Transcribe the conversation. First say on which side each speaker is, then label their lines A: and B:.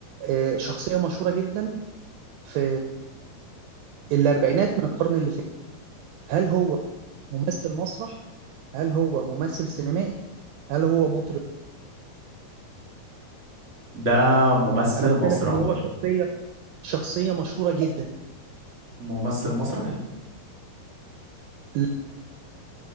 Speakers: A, on the right; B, on the right.
A: آه، شخصيه مشهوره جدا في الاربعينات من القرن اللي فات هل هو ممثل مسرح هل هو ممثل سينمائي هل هو مطرب
B: ده ممثل
A: انا قلت
B: مسرح
A: لك ان هو شخصيه شخصيه مشهوره جدا
B: ممثل مسرح
A: لا